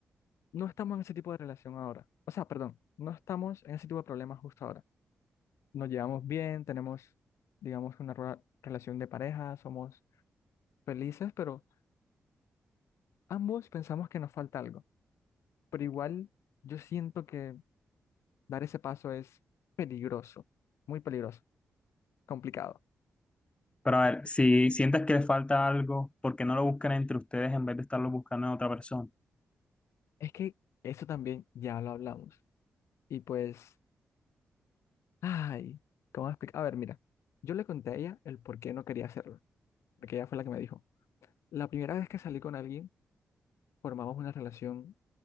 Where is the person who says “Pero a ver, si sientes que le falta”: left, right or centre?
Left